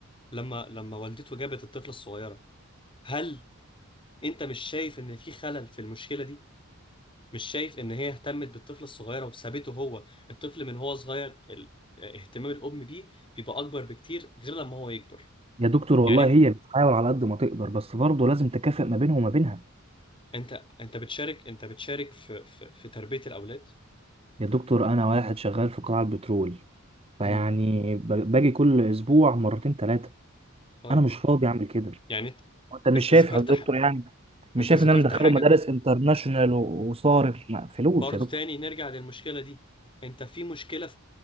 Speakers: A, on the left (about 25°); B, on the right (about 25°).
A: لما لما والدته جابت الطفلة الصغيرة هل انت مش شايف ان في خلل في المشكلة دي مش شايف ان هي اهتمت بالطفل الصغيرة وسابته هو الطفل من هو صغير ال... اهتمام الام بيه بيبقى اكبر بكتير غير لما هو يكبر
B: يا دكتور والله
A: يعني
B: هي بتحاول على قد ما تقدر بس برضه لازم تكافئ ما بينه وما بينها
A: انت انت بتشارك انت بتشارك في في, في تربية الاولاد
B: يا دكتور انا واحد شغال في قطاع البترول فيعني
A: امم
B: ب- باجي كل اسبوع مرتين ثلاثه
A: طيب
B: انا مش فاضي اعمل كده
A: يعني انت
B: انت مش
A: انت
B: شايف
A: ذكرت
B: يا دكتور
A: ح...
B: يعني مش
A: انت
B: شايف
A: ذكرت
B: ان انا مدخله
A: حاجة
B: مدارس انترناشونال و- وصارف ما- فلوس
A: برضو
B: يا دكتور
A: تاني نرجع للمشكلة دي انت في مشكلة